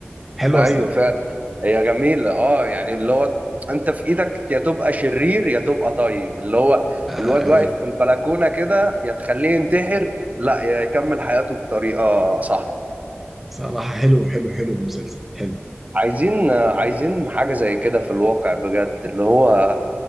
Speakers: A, in the centre; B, on the right.
A: حلوة
B: ايوه
A: صراحة
B: فعلا هي جميلة اه يعني اللي هو انت في ايدك يا تبقى شرير يا تبقى طيب اللي هو
A: آه،
B: الواد واقف
A: هاي
B: في البلكونة كده يا تخليه ينتحر لا يا يكمل حياته بطريقة صح
A: صراحة حلو حلو حلو المسلسل حلو
B: عايزين عايزين حاجة زي كده في الواقع بجد اللي هو